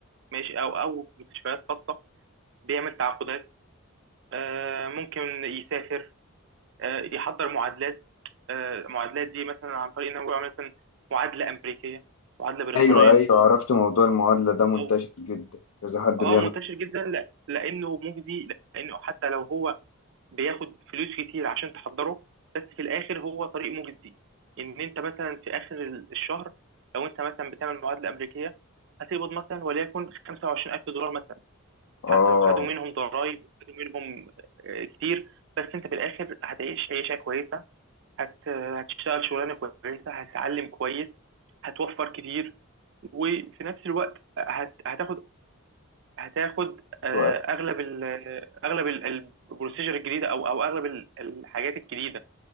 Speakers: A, on the right; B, on the left.
A: ماشي او او مستشفيات خاصه بيعمل تعاقدات آه، ممكن يسافر آه، يحضر معادلات آه، المعادلات دي مثلا عن طريق ان هو يعمل مثلا معادله امريكيه معادله بريطانيه
B: أيوة أيوة عرفت موضوع المعادلة ده منتشر
A: او
B: جدا كذا حد
A: اه
B: بيعمل
A: منتشر جدا لا- لانه مجدي لانه حتى لو هو بياخد فلوس كتير عشان تحضره بس في الاخر هو طريق مجزي ان انت مثلا في اخر ال- الشهر لو انت مثلا بتعمل معادله امريكيه هتقبض مثلا وليكن 25000 دولار مثلا
B: آه
A: حتى لو خدوا منهم ضرائب وخدوا منهم آه، كتير بس انت في الاخر هتعيش عيشه كويسه هت... هتشتغل شغلانه كويسه هتتعلم كويس هتوفر كتير وفي نفس الوقت هت... هتاخد هتاخد آه،
B: أيوة،
A: اغلب ال اغلب ال- البروسيجر الجديده او او اغلب ال- الحاجات الجديده